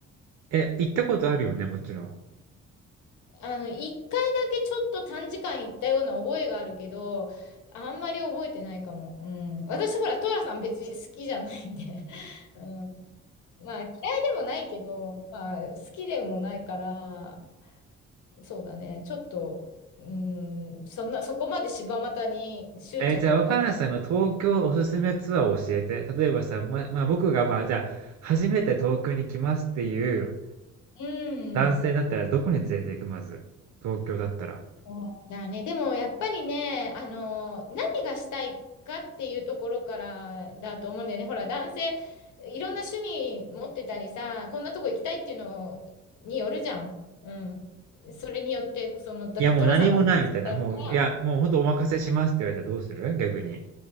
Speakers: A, on the right (about 65°); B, on the left (about 75°).
A: え、行ったことあるよね、もちろん。
B: あの、一回だけちょっと短時間行ったような覚えがあるけど、あんまり覚えてないかも。うん。私ほら、トラさん別に好きじゃないんで。<laughs> うん。まあ嫌いでもないけど、まあ好きでもないから、そうだね。ちょっと、うーん、そんな、そこまで柴又に執着はなかった。
A: え、じゃあ、若菜さんの東京おすすめツアーを教えて。例えばさ、ま、まあ、僕が、まあ、じゃあ、初めて東京に来ますっていう
B: うん。
A: 男性だったら、どこに連れて行く、まず。東京だったら。
B: そうだね。でもやっぱりね、あの、何がしたいかっていうところからだと思うんだよね。ほら、男性、いろんな趣味持ってたりさ、こんなとこ行きたいっていうのによるじゃん。うん。それによって、その、だってトラさんがもし好きだったら
A: いや、もう何もないみたいな。もう、いや、もうほんとお任せしますって言われたらどうする逆に。